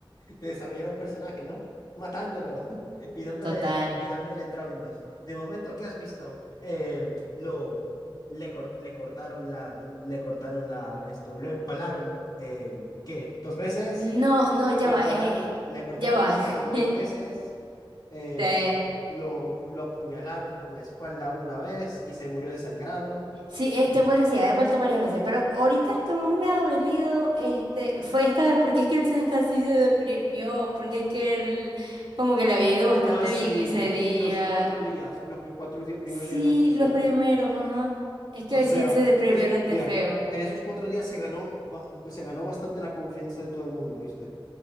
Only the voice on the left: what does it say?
de desarrollar un personaje, ¿no? Matándolo <laughs> y dándole,
y dándole traumas. De momento, ¿qué has visto? Eh, lo, le, cor- le cortaron la, le cortaron la, esto, lo empalaron, eh, ¿qué? ¿Dos veces?
Le
empalaron,
le cortaron
el estómago
dos veces, eh,
lo, lo apuñalaron por la espalda una vez y se murió desangrado.
Ah, sí,
los cuatro días, los pri- cuatro di- primeros
días de la mansión.
O sea,
spoiler,
en esos cuatro días se ganó, ba- se ganó bastante la confianza de todo el mundo, ¿viste?